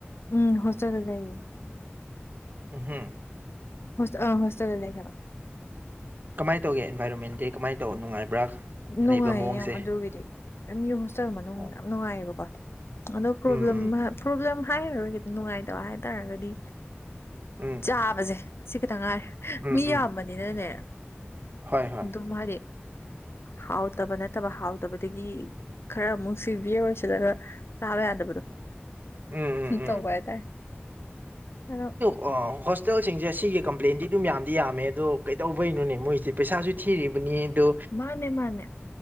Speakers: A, on the left; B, on the right.
A: ꯎꯝ ꯍꯣꯁꯇꯦꯜ ꯂꯩꯌꯦ
B: ꯎꯝ
A: ꯍꯣꯁ ꯑ ꯍꯣꯁꯇꯦꯜꯗ ꯂꯩ ꯍꯥꯏꯕ
B: ꯀꯃꯥꯏꯅ ꯇꯧꯒꯦꯟꯥꯏꯔꯣꯟꯃꯦꯟꯗꯤ ꯀꯃꯥꯏꯅ ꯇꯧ ꯅꯨꯡꯉꯥꯏꯕ꯭ꯔꯥ
A: ꯅꯨꯡꯉꯥꯏꯌꯦ
B: ꯂꯩꯕ ꯃꯑꯣꯡꯁꯦ
A: ꯌꯥꯝ ꯑꯗꯨꯒꯤꯗꯤ ꯌꯨ ꯍꯣꯁꯇꯦꯜ ꯃꯅꯨꯡ
B: ꯎꯝ
A: ꯌꯥꯝ ꯅꯨꯡꯉꯥꯏꯌꯦꯕꯀꯣ ꯑꯗꯣ ꯄ꯭ꯔꯣꯕ꯭ꯂꯦꯝ
B: ꯎꯝ
A: ꯄ꯭ꯔꯣꯕ꯭ꯂꯦꯝ ꯍꯥꯏꯔꯔꯣꯏꯒꯈꯤ ꯅꯨꯡꯉꯥꯏꯇꯕ ꯍꯥꯏꯇꯥꯔꯒꯗꯤ
B: ꯎꯝ
A: ꯆꯥꯕꯁꯦ ꯁꯤ ꯈꯤꯇꯪ ꯉꯥꯏꯔꯦ
B: ꯎꯝ
A: ꯃꯤ ꯌꯥꯝꯕꯅꯤꯅꯅꯦ
B: ꯎꯝ ꯍꯣꯏ ꯍꯣꯏ
A: ꯑꯗꯨꯝ ꯍꯥꯏꯗꯤ ꯍꯥꯎꯇꯕ ꯅꯠꯇꯕ ꯍꯥꯎꯇꯕꯗꯒꯤ ꯈꯔ ꯑꯃꯨꯛ ꯁꯤꯚꯤꯌꯔ ꯑꯣꯏꯁꯤꯜꯂꯒ ꯆꯥꯕ ꯌꯥꯗꯕꯗꯣ
B: ꯎꯝ ꯎꯝ
A: ꯇꯧꯕ
B: ꯎꯝ
A: ꯍꯥꯏꯇꯥꯔꯦ ꯑ
B: ꯑꯣ ꯍꯣꯁꯇꯦꯜꯁꯤꯡꯁꯦ ꯑꯁꯤꯒꯤ ꯀꯝꯄ꯭ꯂꯦꯟꯗꯤ ꯑꯗꯨꯝ ꯌꯥꯝꯗꯤ ꯌꯥꯝꯃꯦ ꯑꯗꯣ ꯀꯩꯗꯧꯕꯩꯩꯅꯣꯅꯦ ꯃꯣꯏꯁꯦ ꯄꯩꯁꯥꯁꯨ ꯊꯤꯔꯤꯕꯅꯤ ꯑꯗꯣ
A: ꯃꯥꯅꯦ ꯃꯥꯅꯦ